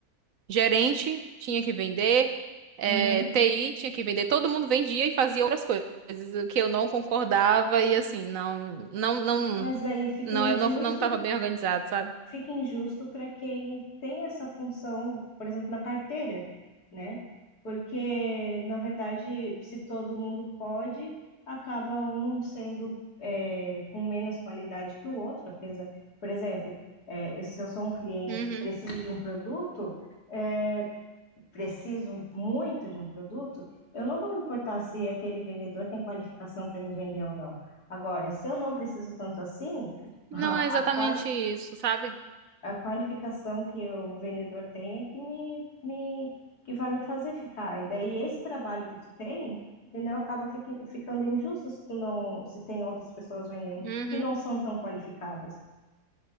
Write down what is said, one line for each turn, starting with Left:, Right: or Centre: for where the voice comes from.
Right: gerente tinha que vender, é,
Left: uhum.
Right: TI tinha que vender, todo mundo vendia e fazia outras coisas, o que eu não concordava e assim, não, não, não,
Left: Mas aí fica
Right: não,
Left: injusto,
Right: eu não, não estava bem organizado, sabe?
Left: fica injusto para quem tem essa função, por exemplo, na carteira, né? Porque, na verdade, se todo mundo pode, acaba um sendo é, com menos qualidade que o outro, apesar, por exemplo, é, se eu sou um cliente
Right: Uhum.
Left: e preciso de um produto, é, preciso muito de um produto, eu não vou me importar se aquele vendedor tem qualificação para me vender ou não. Agora, se eu não preciso tanto assim, <laughs>
Right: Não
Left: a,
Right: é exatamente
Left: quali-
Right: isso, sabe?
Left: a qualificação que o vendedor tem é que me, me- que vai me fazer ficar. E daí esse trabalho que tu tem, entendeu? Acaba fique- ficando injusto se tu não, se tem outras pessoas vendendo
Right: Uhum.
Left: que não são tão qualificadas.